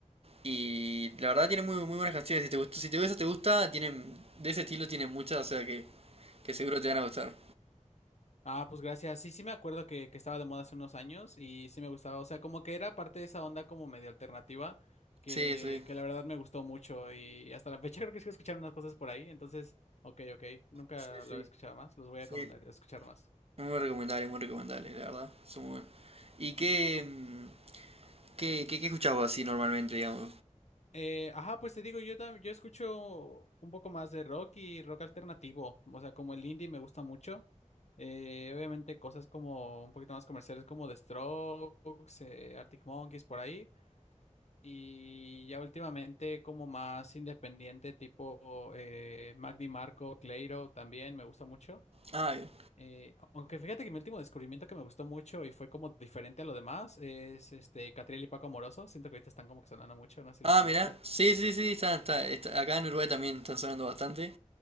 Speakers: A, on the right; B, on the left.
A: Y la verdad tiene muy, muy buenas canciones. Si te gusta, si te gusta, te gusta, tienen... De ese estilo tienen muchas, o sea que, que seguro te van a gustar.
B: Ah, pues gracias. Sí, sí me acuerdo que, que estaba de moda hace unos años y sí me gustaba. O sea, como que era parte de esa onda como medio alternativa que,
A: Sí, sí,
B: que la verdad me gustó mucho y hasta la fecha <laughs> creo que sigo escuchando unas cosas por ahí. Entonces, ok, ok. Nunca
A: sí, sí,
B: lo había escuchado más. Los voy
A: sí.
B: a recomendar, a escuchar más.
A: Muy recomendable, muy recomendable,
B: Ujú,
A: la verdad. Son muy buenos. ¿Y qué,
B: ujú.
A: mm, qué, qué, qué escuchás vos así normalmente, digamos?
B: Eh, ajá, pues te digo, yo, tam- yo escucho un poco más de rock y rock alternativo. O sea, como el indie me gusta mucho. Eh, obviamente cosas como un poquito más comerciales como The Strokes, eh, Arctic Monkeys, por ahí. Y ya últimamente como más independiente, tipo eh, Magdi Marco, Cleiro también me gusta mucho.
A: Ah, bien.
B: Eh, aunque fíjate que mi último descubrimiento que me gustó mucho y fue como diferente a lo demás es este Catriel y Paco Amoroso. Siento que ahorita están como que sonando mucho, no sé si
A: Ah,
B: los conozcas.
A: mira, Sí, sí, sí, está, está, está- acá en Uruguay también están sonando bastante.